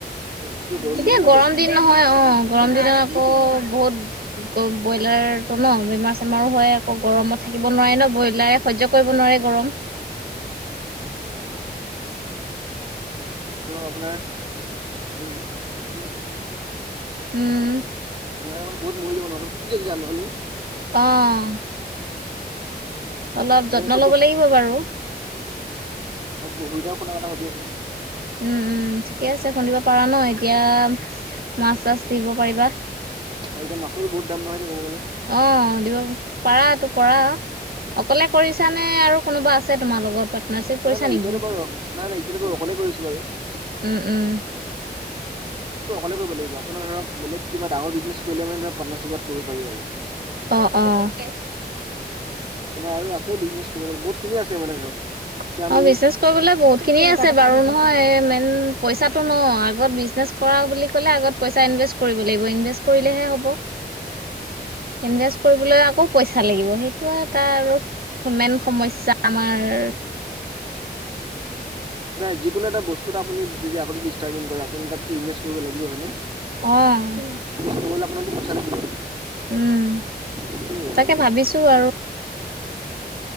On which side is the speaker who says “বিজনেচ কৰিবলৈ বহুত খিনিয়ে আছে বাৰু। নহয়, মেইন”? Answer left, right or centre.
Right